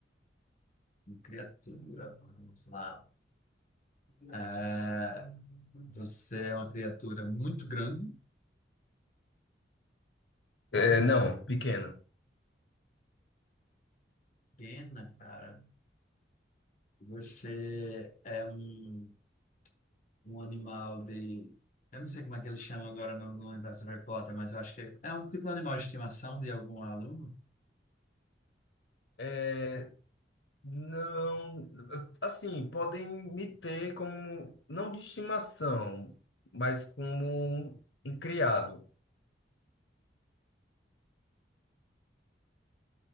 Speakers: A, on the left; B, on the left.
A: Uma criatura, vamos lá. É, você é uma criatura muito grande,
B: É, não, pequena.
A: pequena, cara. Você é um, um animal de. Eu não sei como é que eles chamam agora no, no universo do Harry Potter, mas eu acho que é um tipo de animal de estimação de algum aluno.
B: É, Não, assim, podem me ter como, não de estimação, mas como um um criado.